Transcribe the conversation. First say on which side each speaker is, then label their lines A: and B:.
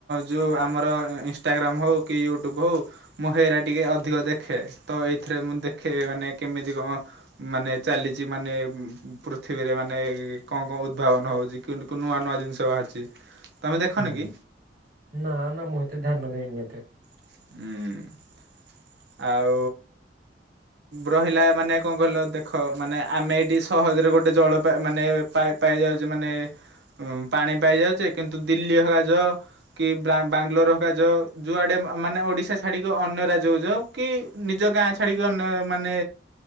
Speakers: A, on the right (about 70°); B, on the right (about 50°).
A: ଯେଉଁ ଆମର ଇନଷ୍ଟାଗ୍ରାମ୍ ହେଉ କି ୟୁଟ୍ୟୁବ୍ ହେଉ ମୁଁ ହେରା ଟିକେ ଅଧିକ ଦେଖେ ତ ଏଇଥି ରେ ମୁଁ ଦେଖେ ମାନେ କେମିତି କଣ ମାନେ ଚାଲିଛି ମାନେ ପୃଥିବୀରେ ମାନେ କଣ କଣ ଉଦଦ୍ଭାବନ ହଉଛି କି ନୂଆ ନୂଆ ଜିନିଷ ବାହାରିଛି। ତମେ ଦେଖନି
B: ହୁଁ
A: କି?
B: ନା ନା ମୁଁ ଏତେ ଧ୍ୟାନ ଦେଇନି ଏତେ।
A: ହୁଁ ଆଉ ରହିଲା ମାନେ କଣ କହିଲ ଦେଖ ମାନେ ଆମେ ଏଇଠି ସହ ରେ ଗୋଟେ ଜଳ ପା ମାନେ ପାଇ ପାଇ ଯାଉଚେ ମାନେ ଉ ପାଣି ପାଇ ଯାଉଛେ କିନ୍ତୁ ଦିଲ୍ଲୀ ହକା ଜ କି ବା ବାଙ୍ଗଲୋର ହକା ଯ ଯୋଉଆଡେ ମାନେ ଓଡିଶା ଛାଡିକି ଅନ୍ୟ ରାଜ୍ୟ କୁ ଯଅ କି ନିଜ ଗାଁ ଛାଡ଼ିକି ଅନ୍ୟ ମାନେ